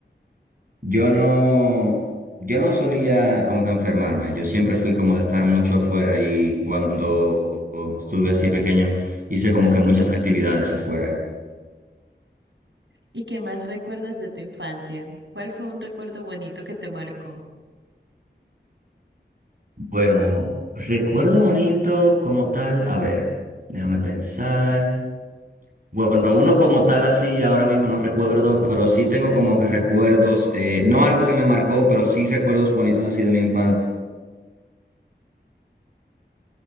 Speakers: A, on the right; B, on the right.
A: Yo no, yo no solía como que enfermarme, yo siempre fui como de estar mucho afuera y cuando estuve así pequeño hice como que muchas actividades afuera.
B: ¿Y qué más recuerdas de tu infancia? ¿Cuál fue un recuerdo bonito que te marcó?
A: Bueno, recuerdo bonito como tal, a ver, déjame pensar. Bueno, uno como tal así ahora mismo no recuerdo, pero sí tengo como que recuerdos, eh, no algo que me marcó, pero sí recuerdos bonitos así de mi infancia.